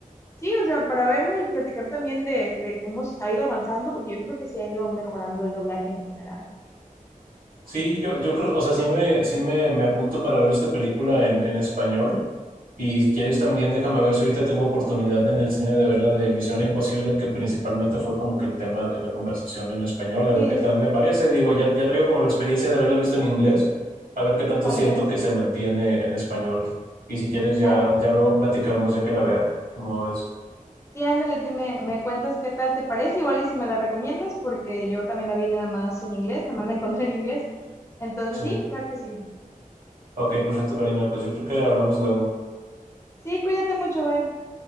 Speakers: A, on the left; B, on the right.
A: sí, o sea, para verla y platicar también de, de cómo s- ha ido avanzando, porque yo creo que sí ha ido mejorando el doblaje en general.
B: Sí, yo, yo creo, o sea, sí me, sí me, me apunto para ver esta película en, en español. Y si quieres también déjame ver si ahorita tengo oportunidad en el cine de ver la de Misión Imposible, que principalmente fue como que el tema de la conversación en español, a
A: Sí,
B: ver qué tal
A: sí,
B: me parece. Digo, ya, ya traigo como la experiencia de haberla visto en inglés, a ver qué tanto
A: también,
B: siento que
A: sí,
B: se mantiene en español. Y si quieres ya,
A: claro.
B: ya luego platicamos ya que la vea. No es.
A: Sí, ándale, dime, me cuentas qué tal te parece, igual y si me la recomiendas, porque yo también la vi nada más en inglés, nada más la encontré en inglés. Entonces,
B: Sí.
A: sí, claro que sí.
B: Ok, perfecto, Karina. Pues yo creo que hablamos luego.
A: Sí, cuídate mucho, bye.